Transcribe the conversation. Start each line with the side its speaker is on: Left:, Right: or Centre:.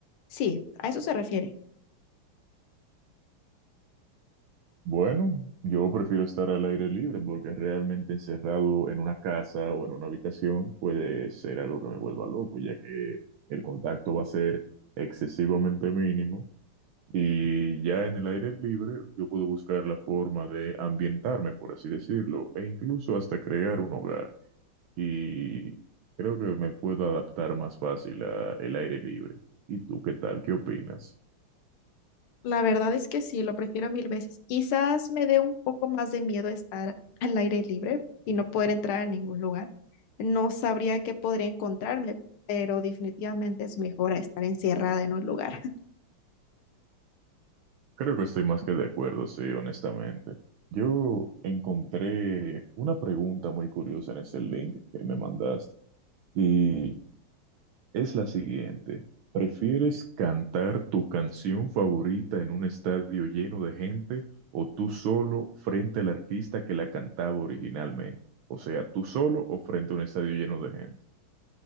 Left: Sí, a eso se refiere.
Right: Bueno, yo prefiero estar al aire libre porque realmente encerrado en una casa o en una habitación puede ser algo que me vuelva loco, ya que el contacto va a ser excesivamente mínimo Y ya en el aire libre yo puedo buscar la forma de ambientarme, por así decirlo, e incluso hasta crear un hogar. Y creo que me puedo adaptar más fácil al aire libre. ¿Y tú qué tal? ¿Qué opinas?
Left: La verdad es que sí, lo prefiero mil veces. Quizás me dé un poco más de miedo estar al aire libre y no poder entrar a ningún lugar. No sabría qué podría encontrarme, pero definitivamente es mejor a estar encerrada en un lugar. <laughs>
Right: Creo que estoy más que de acuerdo, sí, honestamente. Yo encontré una pregunta muy curiosa en ese link que me mandaste. Y es la siguiente. ¿Prefieres cantar tu canción favorita en un estadio lleno de gente o tú solo frente al artista que la cantaba originalmente? O sea, tú solo o frente a un estadio lleno de gente.